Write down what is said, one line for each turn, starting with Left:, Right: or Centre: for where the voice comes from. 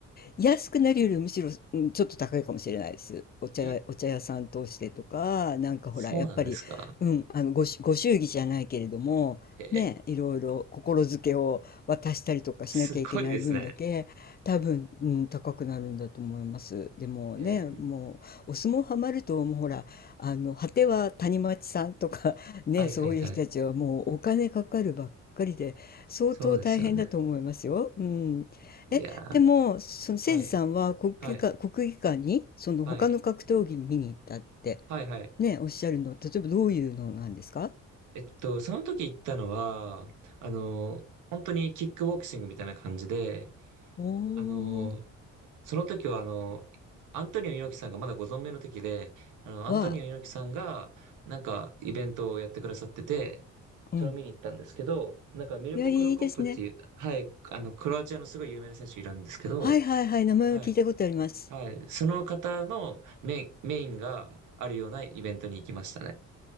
Left: 安くなるよりむしろ、うん、ちょっと高いかもしれないです。お茶屋、
Right: え、
Left: お茶屋さん通してとか、なんかほら、
Right: そうなんですか
Left: やっぱり、うん、あの、ごし、ご祝儀じゃないけれども、
Right: えー、
Left: ね、いろいろ心づけを渡したりとかしなきゃいけない分だけ、
Right: すごいですね。
Left: 多分、うん、高くなるんだと思います。でもね、
Right: えー、
Left: もう、お相撲ハマると、もうほら、あの、果ては谷町さんとか <laughs>、ね、
Right: はいはいはい。
Left: そういう人たちはもうお金かかるばっかりで、相当大変だと思いますよ。
Right: そうですよね。
Left: うん。
Right: いやー、
Left: え、でも、そのせいじさんは国技館、
Right: はい、はい、
Left: 国技館に、その他の格闘技見に行ったって、
Right: はい、はい、はい。
Left: ね、おっしゃるの、例えばどういうのなんですか
Right: えっと、その時行ったのは、あの、本当にキックボクシングみたいな感じで、
Left: おー、
Right: あの、その時は、あの、アントニオ猪木さんがまだご存命の時で、あの、アントニオ猪木さんが、
Left: は、
Right: なんか、イベントをやってくださってて、
Left: うん。
Right: それを見に行ったんですけど、なんか、ミルコ・
Left: いや、いいですね。
Right: クロコップっていう、はい、あの、クロアチアのすごい有名な選手いるんですけど、
Left: はいはいはい、名前は聞いたことあります。
Right: はい、はい、その方のメイン、メインがあるようなイベントに行きましたね。